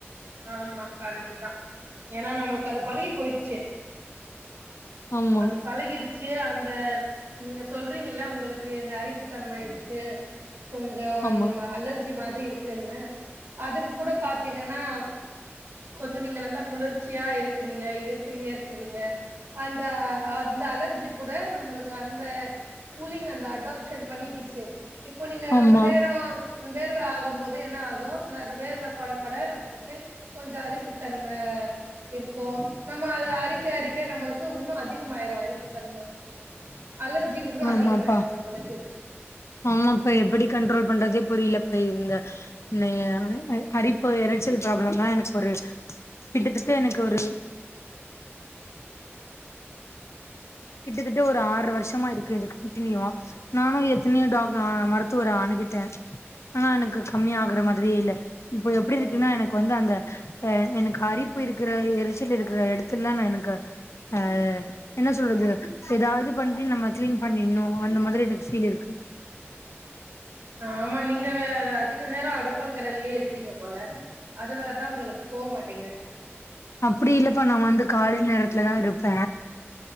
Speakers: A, on the right; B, on the left.
A: ஆமா கரெட்டுதா ஏன்னா நம்மளுக்கு அது பழகி போயிடுச்சு
B: ஆமா
A: அது பழகிருச்சி அந்த நீங்க சொல்றீங்கல்ல உங்களுக்கு இந்த அரிப்புத்தன்மை இருக்கு கொஞ்சோ
B: ஆமா
A: இந்த அலர்ஜி மாதிரி இருக்குன்னு அதுக்கு கூட பாத்தீங்கன்னா கொஞ் சோ வந்து நீங்க நல்லா குளிர்ச்சியா இருக்குறீங்க ஏ சிலயே இருக்குதீங்க இந்த அந்த அலர்ஜி கூட நம்மளுக்கு அந்த கூலிங் அந்த அடாப்ஷன் பண்ணிக்கிச்சு இப்போ நீங்க
B: ஆமா
A: ரொம்ப நேரோ உன் வேர்வ ஆகும்போது என்ன ஆகு இன்னொரு வேர்வ படப்பட நம்மளுக்கு கொஞ்சோ அரிப்புத்தன்ம இருக்கு நம்ம அத அரிக்க அரிக்க நம்மள் க்கு இன்னு அதிகமாயிரு அரிப்புத்தன்ம அலர்ஜி இன்னு
B: ஆமாப்பா
A: அதிகமாயிரு நம்மளுக்கு
B: ஆமாப்பா எப்டி கண்ட்ரோல் பண்றதே புரிலப்ப இந்த இன்னய அ அரிப்பு எறச்சல் ப்ரோப்ளமெல்லா எனக்கு ஒரு கிட்டத்தட்ட எனக்கு ஒரு கிட்டத்தட்ட ஒரு ஆர்ற வருஷமா இருக்கு இது கண்டினியூவா நானு எத்தனயோ டா மரு ருத்துவர அனுகிட்ட ஆனா எனக்கு கம்மியா ஆகுற மாதிரியே இல்ல இப்ப எப்டி
A: இதோ
B: இருக்குனா எனக்கு வந்து அந்த அ எனக்கு அரிப்பு இருக்கிற எரிச்சல் இருக்கிற எடத்துல்ல நா எனக்கு அ எப்டி சொல்றது எதாவது பண்ணி நம்ம கிளீன் பண்ணிடணு அந்த மாரி எனக்கு ஃபீல் இருக்கு
A: ஆமா நீங்க வே அதிக நேரோ அடுப்பங்கரயலயே இருக்கிறீங்க போல அதுனாலதா உங்களுக்கு போ மாட்டீங்குது
B: அப்டி இல்லப்பா நா வந்து காலைல நேரத்துலதா இருப்ப